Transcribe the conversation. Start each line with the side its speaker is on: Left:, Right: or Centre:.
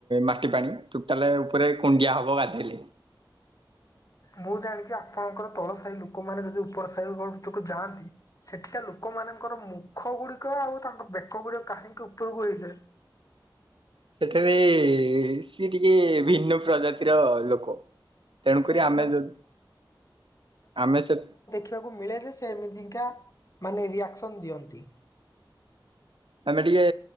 Right: ମାଟି ପାଣି। ଟୋଟାଲେ ଉପରେ କୁଣ୍ଡିଆ ହେବ ଗାଧେଇଲେ।
Left: ମୁଁ ଜାଣିଛି ଆପଣଙ୍କର ତଳ ସାହି ଲୋକମାନେ ଯଦି ଉପର ସାହିିତରକୁ ଯାଆନ୍ତି ସେଠିକା ଲୋକମାନଙ୍କର ମୁଖ ଗୁଡିକ ଆଉ ତାଙ୍କ ବେକ ଗୁଡିକ କାହିଁକି ଉପରକୁ ହେଇଯାଏ?
Right: ସେଥିରେ ସିଏ ଟିକେ ଭିନ୍ନ ପ୍ରଜାତିର ଲୋକ। ତେଣୁକରି
Left: ସେ ସେମାନ
Right: ଆମେ ଯଦି ଆମେ ସେ
Left: ଦେବା ମିଳେ ଯେ ସେ ଏମିତିକା ମାନେ ରିଆକ୍ସନ ଦିଅନ୍ତି।
Right: ଆମେ ଟିକେ